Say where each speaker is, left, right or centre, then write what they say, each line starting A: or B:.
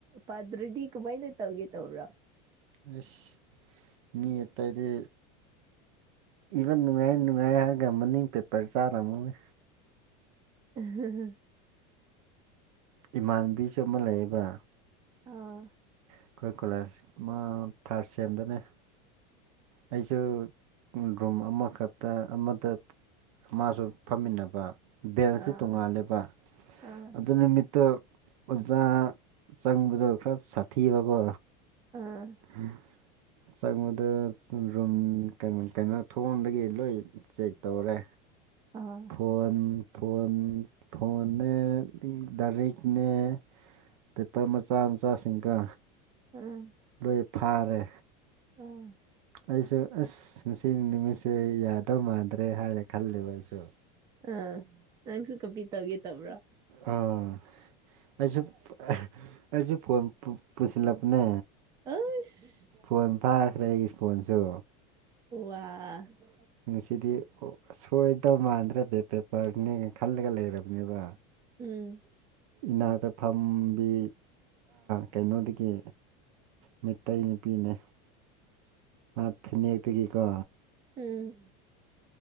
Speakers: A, on the right (about 20°); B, on the right (about 70°).
A: ꯄꯗ꯭ꯔꯗꯤ ꯀꯃꯥꯏꯅ ꯇꯧꯒꯦ ꯇꯧꯕꯔꯥ
B: ꯑꯩꯁ ꯃ‌ꯦꯠꯇꯗꯤ ꯏꯕ ꯅꯨꯡꯉꯥꯏꯌꯦ ꯅꯨꯡꯉꯥꯏꯌꯦ ꯍꯥꯏꯔꯒ ꯃꯅꯤꯡ ꯄꯦꯄꯔ ꯆꯥꯔꯝꯃꯅꯦ
A: <unintelligible>
B: ꯏꯃꯥꯟꯕꯤꯁꯨ ꯑꯃ ꯂꯩꯌꯦꯕ
A: ꯑꯥ
B: ꯑꯩꯈꯣꯏ ꯀꯂꯦꯖ ꯃꯥ ꯊꯥꯔꯁ ꯁꯦꯝꯗꯅꯦ ꯑꯩꯁꯨ ꯒꯨꯔꯝ ꯑꯃꯈꯛꯇ ꯑꯃꯠꯇ ꯃꯥꯁꯨ ꯐꯝꯃꯤꯟꯅꯕ ꯕꯦꯜꯁꯤ
A: ꯑꯥ
B: ꯇꯣꯡꯉꯥꯜꯂꯦꯕ
A: ꯑꯥ ꯑꯥ
B: ꯑꯗꯨ ꯅꯨꯃꯤꯠꯇꫭ ꯑꯣꯖꯥ ꯆꯪꯕꯗꯣ ꯈꯔ ꯁꯥꯊꯤꯔꯕ
A: ꯑꯥ
B: ꯎꯝ ꯆꯪꯕꯗ ꯔꯨꯝ ꯀꯩ ꯀꯩꯅꯣ ꯊꯣꯡꯗꯒꯤ ꯂꯣꯏ ꯆꯦꯛ ꯇꯧꯔꯦ
A: ꯑꯥ
B: ꯐꯣꯟ ꯐꯣꯟ ꯐꯣꯟꯅꯦ ꯇꯥꯔꯤꯛꯅꯦ ꯄꯦꯄꯔ ꯃꯆꯥ ꯃꯆꯥꯁꯤꯡꯒ
A: ꯎꯝ
B: <unintelligible> ꯐꯥꯔꯦ
A: ꯎꯝ
B: ꯑꯩꯁꯨ ꯑꯁ ꯉꯁꯤ ꯅꯨꯃꯤꯠꯁꯦ ꯌꯥꯗꯧ ꯃꯥꯟꯗ꯭ꯔꯦ ꯍꯥꯏꯅ ꯈꯜꯂꯦꯕ ꯑꯩꯁꯨ
A: ꯑꯥ ꯅꯪꯁꯨ ꯀꯣꯕꯤ ꯇꯕꯒꯦ ꯇꯧꯕ꯭ꯔ
B: ꯎꯝ ꯑꯩꯁꯨ ꯑꯥ ꯑꯩꯁꯨ ꯐꯣꯟ ꯄꯨ ꯄꯨꯁꯤꯜꯂꯄꯅꯦ
A: ꯑꯩꯁ
B: ꯐꯣꯟ ꯐꯥꯈ꯭ꯔꯦ ꯑꯩꯒꯤ ꯐꯣꯟꯁꯨ
A: ꯋꯥ ꯋꯥ
B: ꯁꯤꯗꯤ ꯁꯣꯏꯗꯕ ꯃꯥꯟꯗ꯭ꯔꯕ ꯄꯦꯄꯔꯅꯦꯅ ꯈꯜꯂꯒ ꯂꯩꯔꯕꯅꯦꯕ
A: ꯎꯝ
B: ꯏꯅꯥꯛꯇ ꯐꯝꯕꯤ ꯀꯩꯅꯣꯗꯒꯤ ꯃꯩ ꯅꯨꯄꯤꯅꯦ ꯃꯥ ꯐꯅꯦꯛꯇꯒꯤꯀꯣ
A: ꯎꯝ